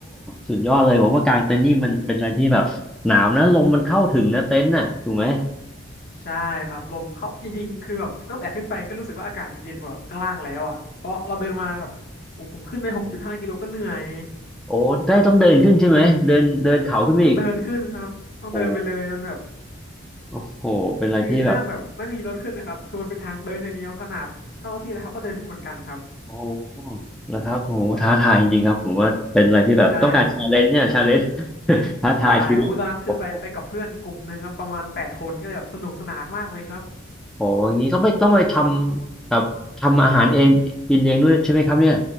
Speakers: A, in the centre; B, on the left (about 55°).
A: สุดยอดเลยผมว่ากางเต็นท์นี่มันเป็นอะไรที่แบบหนาวนะลมมันเข้าถึงนะเต็นท์น่ะถูกไหม
B: ใช่ครับลมเข้าจริงๆคือแบบตั้งแต่ขึ้นไปก็รู้สึกว่าอากาศมันเย็นกว่าข้างล่างแล้วอ่ะเพราะเราเดินมากับโอ้ผมขึ้นไปหกจุดห้ากิโลก็เหนื่อย
A: โอ้ได้ต้องเดินขึ้นใช่ไหมเดินเดินเขาขึ้นไปอีก
B: ต้องเดินขึ้นครับต้องเดินไปเลยมันแบบ
A: โอ้ โอ้โหเป็นอะไรที่แบบ
B: คือห้ามแบบไม่มีรถขึ้นนะครับคือมันเป็นทางเดินอย่างเดียวขนาดเจ้าหน้าที่แล้วเขาก็เดินขึ้นเหมือนกันครับ
A: โอ้นะครับโอ้โหท้าทายจริงๆครับผมว่าเป็นอะไรที่แบบต้องการชาเลนจ์เนี่ยชาเลนจ์
B: ใช่ครับ
A: <laughs> ท้าทายชีวิตโอ้
B: ใช่อู้ตอนนั้นคือไปไปกับเพื่อนกลุ่มหนึ่งครับประมาณแปดคนก็เลยแบบสนุกสนานมากเลยครับ
A: โหอย่างนี้ก็ไม่ต้องไปทำแบบทำอาหารเองกินเองด้วยใช่ไหมครับเนี่ย